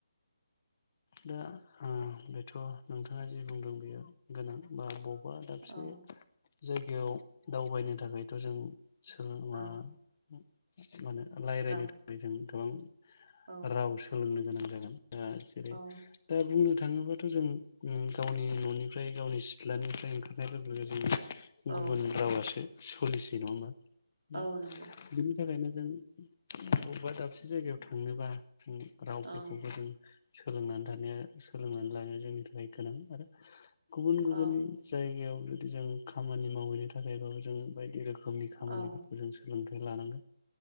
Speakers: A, on the left (about 30°); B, on the right (about 70°).
A: दा ओ बेथ नोंथाङा जि बुंदों बेयो गोनां बा ब बा दाबसे
B: औ
A: जायगायाव दावबायनो थाखायथ जों सोलोंनानै
B: औ
A: मा होनो रायज्लायनो
B: राव
A: थाखाय जों गोबां
B: औ
A: राव सोलोंनो गोनां जागोन। <unintelligible> जेरै
B: औ।
A: दा बुंनो थाङोबाथ जों उम गावनि ननिफ्राय गावनि सिथ्लानिफ्राय ओंखारनाय लोगो लोगो जों
B: औ
A: गुबुन रावासो सलिसै नङा होमबा। दा
B: औ नंगौ
A: बिनि थाखायनो जों बबेबा दाबसे जायगायाव थांनोबा जों रावफोरखौबो
B: औ
A: जों सोलोंनानै थानाया सोलोंनानै लानाया जोंनि थाखाय गोनां। आरो गुबुन गुबुन
B: औ
A: जायगायाव जुदि जों खामानि मावहैनो थाखायबाबो जों बायदि बायदि रोखोमनि खामानिफोरखौ
B: औ औ
A: जों सोलोंदों बे लानांगोन।